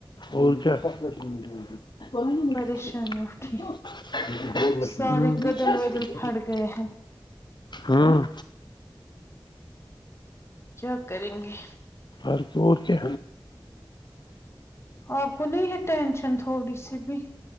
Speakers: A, on the left (about 60°); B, on the left (about 30°).
A: اور کیا <unintelligible>
B: پریشانی اٹھی سارے کدل ودل پھٹ
A: ہوں
B: گئے ہیں
A: ہاں
B: کیا کریں گے
A: اور غور کیا
B: آپ کو نہیں ہے ٹینشن تھوڑی سی بھی